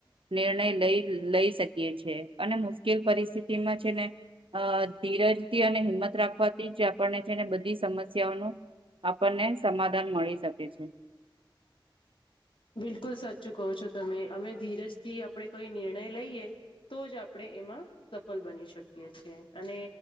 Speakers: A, on the right; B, on the left.
A: નિર્ણય લઈ લઈ શકીએ છેએ અને મુ મુશ્કેલ પરિસ્થિતિમાં છે ને અ ધીરજથી અને હિંમત રાખવાથી જ આપણને બધી સમસ્યાઓ ન આપણને સમાધાન મળી શકે છે
B: બિલકુલ સાચું કહો છો તમે અમે ધીરજથી આપડણે કોઈ નિર્ણય લઈએ તો જ આપણે એમાં સફળ બની શકીએ છીએ અને